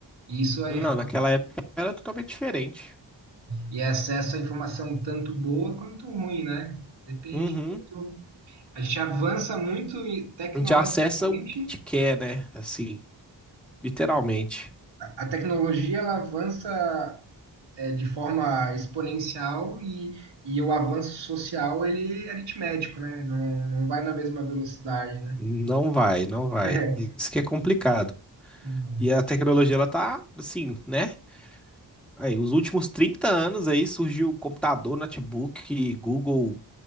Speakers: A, on the right; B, in the centre.
A: E isso é
B: Não,
A: informação
B: naquela época era totalmente diferente.
A: E acesso à informação tanto boa quanto ruim, né? Depende
B: Uhum.
A: muito. A gente avança muito e, tecnologicamente.
B: A gente acessa o que te quer, né? Assim, literalmente.
A: A a tecnologia ela avança é, de forma exponencial e, e o avanço social ele é aritmético, né? Não, não vai na mesma velocidade, né?
B: Não vai, não vai.
A: <laughs>
B: Isso que é complicado.
A: Não é.
B: E a tecnologia, ela tá assim, né? Aí, os últimos 30 anos aí surgiu computador, notebook, Google,